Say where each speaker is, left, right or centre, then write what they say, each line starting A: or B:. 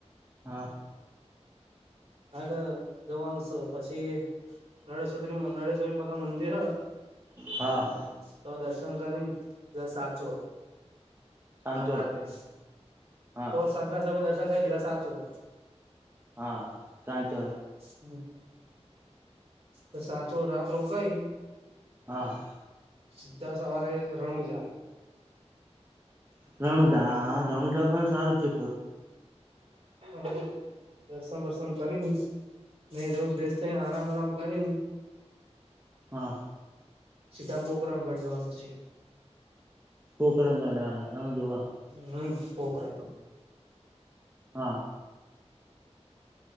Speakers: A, on the right; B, on the right.
A: હા
B: હા તો જવાનુંશ પછી નરેેશ્વ્રી નરેેશ્વરી માતા મંદિર હ
A: હા
B: તો દર્શન કરીને ત સાચો
A: સાંચોર
B: ના રાતેે
A: હા
B: તો સદના સમય દર્શન કઈ છે સાચું
A: હા સાંચ
B: હમ તો સાચો રાત રોકાઈ
A: હા
B: સીધા સવારે રણુજા.
A: રણુજા રણુજા પણ સારું છે.
B: હ દર્શન વર્સન કરીને નહી તો ફ્રેશ થઈ આરામ આરામ કરીને.
A: હા
B: સીધા પોખરામગઢ જવાનું પછ
A: કોકરાંગણા રામલીવા
B: હમ પોકરાન
A: હા